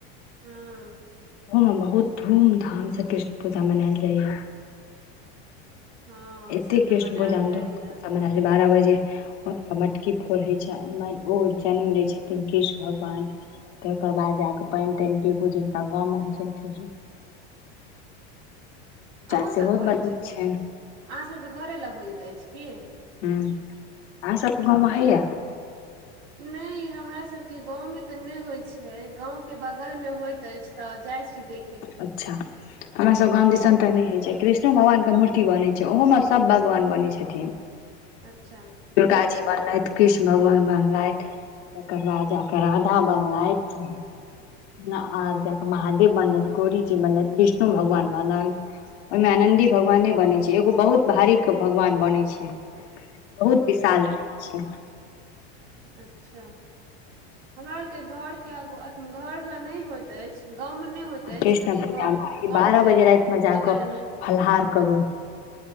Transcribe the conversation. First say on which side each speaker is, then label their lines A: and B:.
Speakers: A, on the right; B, on the left.
A: हुं।
B: ओइ मे बहुत धूम धाम से कृष्ण पूजा मनायल जाइये।
A: हँ
B: एतेक
A: से तऽ
B: कृष्णपूजा
A: मनायल
B: मे
A: जाइया
B: सब बारह बजे मटकी फोड़ होइ छै ओ जन्म लै छथिन कृष्ण भगवान तकर बाद जााके पानि तानि पीरु, जकरा गांव मे होइ छै फेर पूजा
A: अहूँसभ
B: सेहो
A: करै
B: बड
A: छी
B: नीक
A: पूज
B: छनि
A: अहाँसभके घरे लग होइत अछि की
B: हुं, अहाँ सबके गाँवमे होइये
A: नहि हमरा सबके गाँव मे त नहि होइत छै गाँंव के बगल मे होइत अछि त जाइ छी देख
B: अच्छा। हमरा सब गाँव दिसन त नहि होइ छै कृष्णो भगवान के मूर्ति बनै छै ओहो में सब भगवान बनैत छथिन
A: अच्छा।
B: दुर्गा जी बनलथि कृष्ण भगवान बनलथि तकर बाद जाक राधा बनलथि आर जाक महादेव बनल गोरीजी बनलैथ विष्णु भगवान बनलैथ ओहिमे नन्दी भगवान नै बनै छै एगो बहुत भारी के भगवान बनै छै। बहुत विशाल रहै छै।
A: अच्छा। हमरा आर के घर के आग घर ले नहि होयत अछि गांव मे नै होत होइत
B: कृष्ण
A: अछि, कनि
B: पूजा
A: घरके
B: मे बारह बजे राति मे जाकऽ
A: बगल मे
B: फलाहार करू